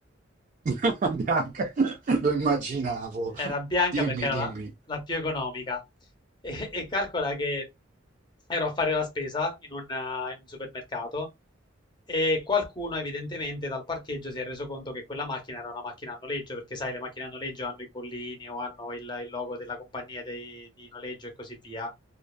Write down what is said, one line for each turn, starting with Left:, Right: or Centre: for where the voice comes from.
Right: <laughs> Bianca, lo immaginavo.
Left: era bianca
Right: Dimmi,
Left: perché era
Right: dimmi.
Left: la, la più economica. <laughs> E, e calcola che ero a fare la spesa in un, eh, in un supermercato e qualcuno evidentemente dal parcheggio si è reso conto che quella macchina era una macchina a noleggio, perché sai, le macchine a noleggio hanno i bollini o hanno il, il logo della compagnia dei- di noleggio e così via.